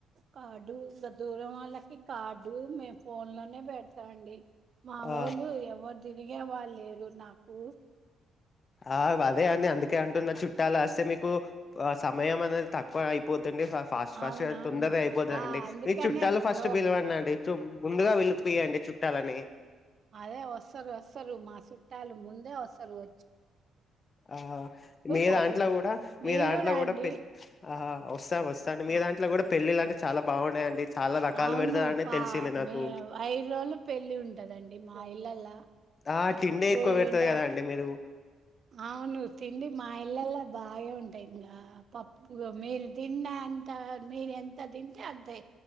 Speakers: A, on the right; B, on the left.
A: కార్డు దూరం వాళ్ళకి కార్డు మే ఫోన్ లోనే పెడతా అండి మా
B: ఆ
A: వోళ్ళు ఎవద్ తిరిగే వాళ్ళు లేరు నాకు
B: ఆ బ అదే అని అందుకే అంటున్న చుట్టాలు వస్తే మీకు కు ఆ సమయం అనేది తక్కువ అయిపోతు ఫాస్ట్ ఫాస్ట్గా
A: అవునవును
B: తొందరగా అయిపోతుందిండి
A: ఆ అందుకనే
B: మీ చుట్టాలు ఫస్ట్
A: ఇంగో
B: పిలవండి అండి ముందుగా వెళ్ళిపోయాండి చుట్టాలని
A: అదే వస్తారు వస్తారు మా చుట్టాలు ముందే వస్తారు వ
B: ఆ మీ
A: పోతారు
B: దాంట్లో కూడా మీ
A: మీరు
B: దాంట్లో
A: రండి
B: కూడా ఆహా వస్తా వస్త స్త మీ
A: ఆ!
B: దాంట్లో కూడా పెళ్ళిల అంట చాల బాగున్నాయండి చాలా రకాలు
A: అవును
B: పెడతారండి
A: పా
B: తెలిసింది నాకు
A: మె ఐదు రోజులు పెళ్లి ఉంటందండి మా ఇళ్ళలా
B: ఆ తిండే
A: గోరింట
B: ఎక్కువ పెడతారు కదండి మీరు
A: అవును తిండి మా ఇల్లలా బాగే ఉంటాయి ఇంకా పప్పుగా మే తిన్న అంత మీర ఎంత తింటే అంతే